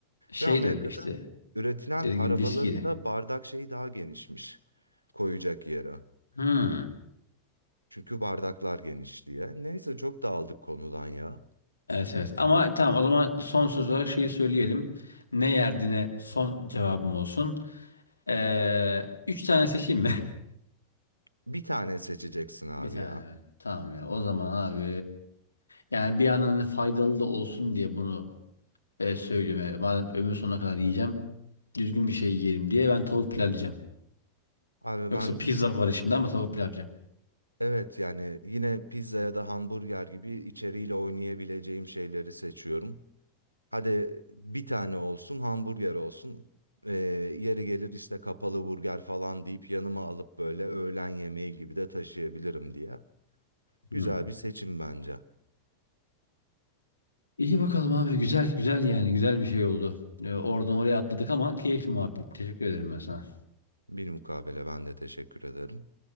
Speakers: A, on the left; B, on the right.
A: Şey
B: Ve Amerika'da
A: de öyle işte.
B: üretilen
A: Dediğim
B: arabaların
A: gibi viski de.
B: da bardak şeyi daha genişmiş koyacak yere.
A: Hmm.
B: Çünkü bardaklar geniş diye. Neyse çok dağıldık konudan ya.
A: Evet evet ama tamam o zaman son söz olarak şeyi söyleyelim. Ne yerdiğine son cevabım olsun. Ee, üç tane seçeyim mi? <laughs>
B: Bir tane seçeceksin abi
A: Bir tane
B: ya.
A: mi? Tamam ya o zaman abi. Yani bir yandan hani faydalı da olsun diye bunu e, söylüyorum. Yani madem ömür sonuna kadar yiyeceğim. Düzgün bir şey yiyelim diye ben tavuk pilav yiyeceğim.
B: Abi
A: Yoksa
B: ben
A: pizza var şimdi ama tavuk pilav yiyeceğim.
B: evet yani yine pizza ya da hamburger gibi içeriğiyle oynayabileceğim şeyleri seçiyorum. Hadi bir tane olsun hamburger olsun. Ee, yeri gelir işte kapalı burger falan deyip yanıma alıp böyle öğlen yemeği gibi de taşıyabilirim diye.
A: Hmm.
B: Güzel bir seçim bence.
A: İyi bakalım abi güzel güzel yani güzel bir şey oldu. Ee, oradan oraya atladık ama keyifli muhabbet. Teşekkür ederim ben sana.
B: Bir mukabele ben de teşekkür ederim.